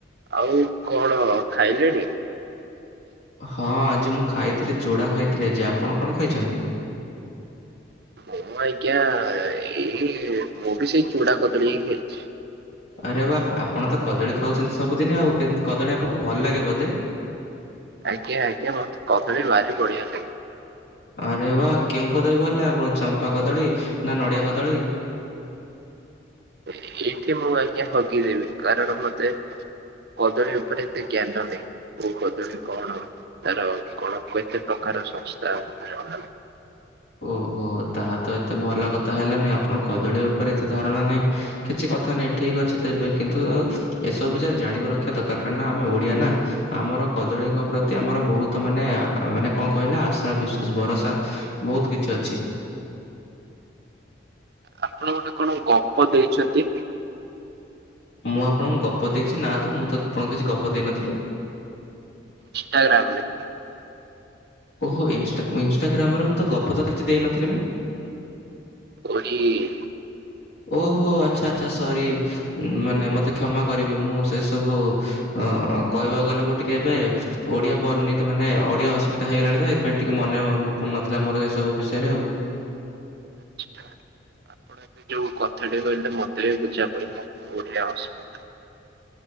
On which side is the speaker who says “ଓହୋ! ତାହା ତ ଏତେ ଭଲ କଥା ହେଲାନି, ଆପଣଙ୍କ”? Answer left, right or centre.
Left